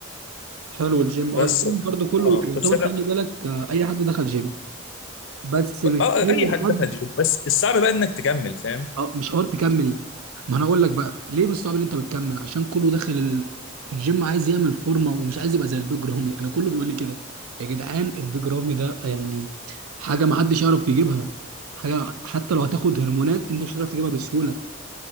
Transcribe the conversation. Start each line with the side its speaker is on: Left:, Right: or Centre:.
Right: حلو الجيم أه
Left: بس
Right: الجيم برضه كله
Left: اه
Right: يعتبر
Left: بس انا
Right: خلي بالك آه، أي حد دخل جيم بس
Left: ب-
Right: مش
Left: اه اي
Right: أي
Left: حد
Right: حد
Left: دخل جيم بس الصعب بقى انك تكمل فاهم
Right: اه مش حوار تكمل ما انا اقول لك بقى ليه من صعب ان انت بتكمل عشان كله داخل ال... الجيم عايز يعمل فورمه ومش عايز يبقى زي البيج رامي انا كله بيقول لي كده يا جدعان البيج رامي ده يعني حاجه ما حدش يعرف يجيبها حاجه حتى لو هتاخد هرمونات انت مش هتعرف تجيبها بسهوله